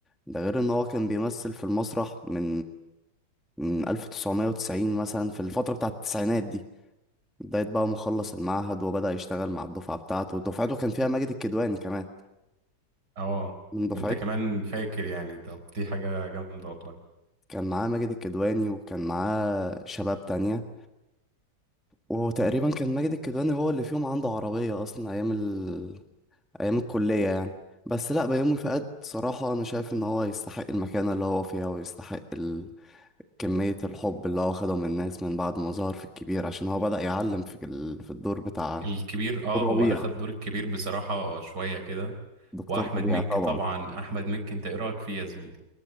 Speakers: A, in the centre; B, on the right.
A: ده غير ان هو كان بيمثل في المسرح من من 1990 مثلا في الفترة بتاعة التسعينات دي بداية بقى ما خلص المعهد وبدأ يشتغل مع الدفعة بتاعته دفعته كان فيها ماجد الكدواني كمان
B: اه
A: من دفعته
B: انت كمان فاكر يعني طب دي حاجة جامدة والله
A: كان معاه ماجد الكدواني وكان معاه شباب تانية وتقريبا كان ماجد الكدواني هو اللي فيهم عنده عربية أصلا أيام ال... أيام الكلية يعني بس لأ بيومي فؤاد صراحة أنا شايف إن هو يستحق المكانة اللي هو فيها ويستحق ال... كمية الحب اللي هو خده من الناس من بعد ما ظهر في الكبير عشان هو بدأ يعلم في ال... في الدور بتاع
B: الكبير اه
A: دكتور
B: هو
A: ربيع
B: اخد دور الكبير بصراحة شوية كده
A: دكتور
B: واحمد
A: ربيع
B: مكي
A: طبعا
B: طبعا احمد مكي انت ايه رأيك فيه يا زميلي